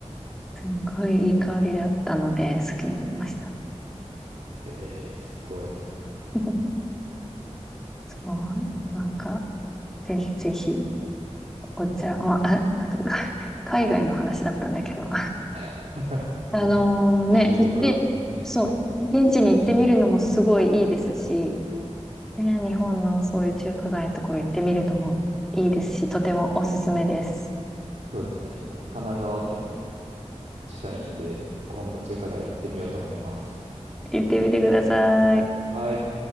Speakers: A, in the centre; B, on the right.
A: すんごいいい香りだったので、好きになりました。
B: えー、すごい。
A: <laughs> すごい。なんか、ぜひぜひ、お茶、まあ、
B: うん
A: あなんか、<laughs> か海外の話だったんだけど、<laughs>
B: <laughs>
A: あのね、
B: いや、でも、中国、
A: 行って、
B: ね、
A: そう、現地に行ってみるのもすごいいいですし、
B: 中華
A: ね、日本のそういう中華街のところ行ってみるのもいいですし、とてもおすすめです。
B: そうですね。今、神奈川県近いんで、今度中華街行ってみようと思います。
A: 行ってみてください。
B: はい。